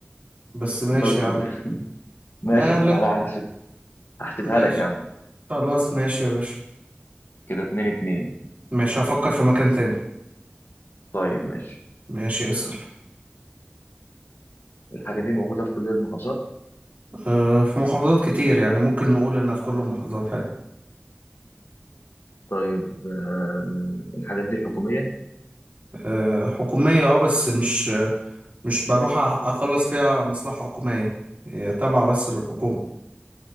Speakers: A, on the right; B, on the left.
A: بس ماشي
B: انت قلت
A: يا
B: مدرسة
A: عم
B: <laughs> ماشي
A: آه
B: يعني
A: لا
B: على حسب هحسبها
A: ماشي
B: لك يا عم
A: خلاص ماشي يا باشا
B: كده اتنين اتنين
A: ماشي هفكر في مكان تاني
B: طيب ماشي
A: ماشي اسأل
B: الحاجة دي موجودة في كل المحافظات
A: آه في محافظات كتير يعني ممكن نقول إنها في كل المحافظات عادي
B: طيب آه الحاجات دي حكومية
A: آه حكومية اه بس مش مش بروح أخلص فيها مصلحة حكومية هي تابعة بس للحكومة